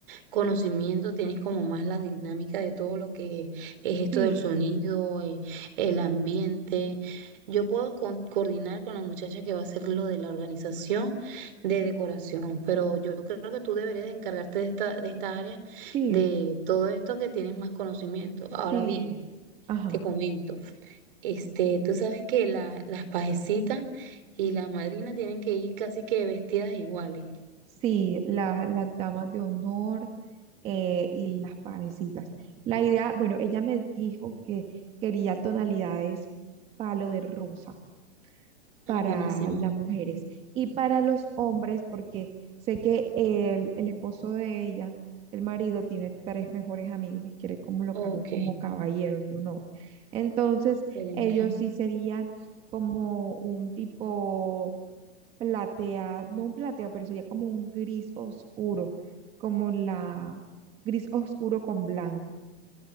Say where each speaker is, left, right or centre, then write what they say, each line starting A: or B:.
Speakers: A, on the right; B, on the right.
A: conocimiento, tienes como más la dinámica de todo lo que es esto
B: Sí,
A: del sonido, eh, el ambiente. Yo puedo con- coordinar con la muchacha que va a hacer lo de la organización de decoración, pero yo creo que tú deberías de encargarte de esta, de esta área,
B: sí,
A: de todo esto que tienes más conocimiento. Ahora
B: sí,
A: bien,
B: ajá,
A: te comento. Este, tú sabes que la- las pajecitas y la madrina tienen que ir casi que vestidas iguales.
B: sí, la- las damas de honor eh, y las pajecitas. La idea, bueno, ella me dijo que quería tonalidades palo de rosa.
A: Ah,
B: para
A: buenísimo.
B: las mujeres y para los hombres, porque sé que el, el esposo de ella, el marido, tiene tres mejores amigos y quiere colocarlo
A: Ok,
B: como caballeros de honor. Entonces,
A: excelente.
B: ellos sí sería como un tipo plateado, no un plateado, pero sería como un gris oscuro, como la gris oscuro con blanco,